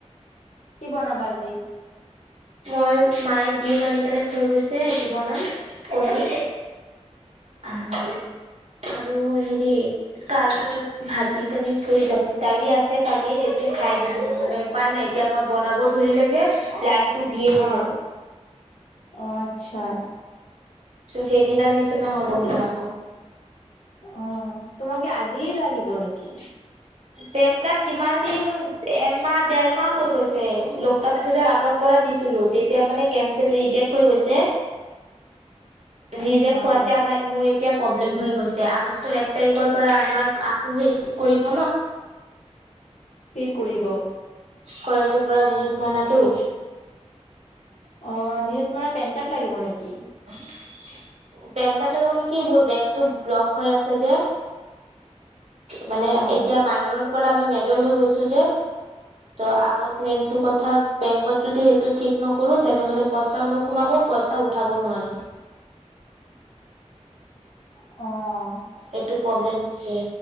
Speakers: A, on the left; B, on the right.
A: কি বনাবা আজি?
B: মই মায়ে দিম আনি কেনে থৈ গৈছে এইটো বনাম। কনী আৰু, আৰু হেৰি কাৰপল ভাজি কোনি থুৈ যাব দালি আছে কালি ৰেতি খাই দিব মানে নাই এতিয়া মই বনাব ধৰিলে যে লাইনটো ভিৰ হৈ
A: অ',
B: যাব
A: অ', আচ্ছা।
B: তাৰ পিছত সেইদিনাৰ নিচিনা হ'ব মোৰ আকৌ।
A: অ, তোমাকে আজিয়ে লাগিব নেকি?
B: পেন কাৰ্ড কিমান দিন? এমাহ দেৰমাহ হৈ গৈছে। লোকনাথ পূজাৰ আগৰ পৰা দিছিলো। তেতিয়া মানে কেনচেল ৰিজেক্ট হৈ গৈছে। ৰিজেক্ট
A: অ
B: হোৱাতে আমাৰ মোৰ এতিয়া প্ৰব্লেম হৈ গৈছে আগষ্টৰ এক তাৰিখৰ পৰা আমাৰ আকৌ হেৰি কৰিব
A: কি কৰিব?
B: কলেজৰ পৰা নিযুত মইনাটো
A: অ, নিযুত মইনাত পেন কাৰ্ড লাগিব নেকি?
B: পেন কাৰ্ড লাগিব নে কি মোৰ বেংকটো ব্লক হৈ আছে যে। মানে
A: অ',
B: এতিয়া মাইনৰৰ পৰা আমি মেজৰ হৈ গৈছো যে ত' আগত মেইনতটো কথা বেংকত যদি সেইটো ঠিক নকৰো তেনেহ'লে পইচাও নোসোমাব, পইচা উঠাবও নোৱাৰিম।
A: অ'।
B: এইটো প্ৰব্লেম হৈছে।